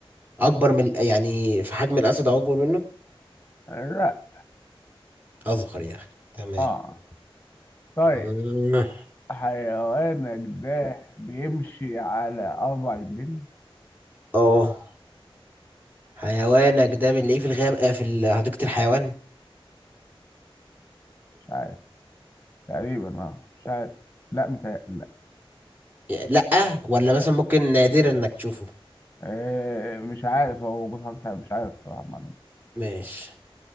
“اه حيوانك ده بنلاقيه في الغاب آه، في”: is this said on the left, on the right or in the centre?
Right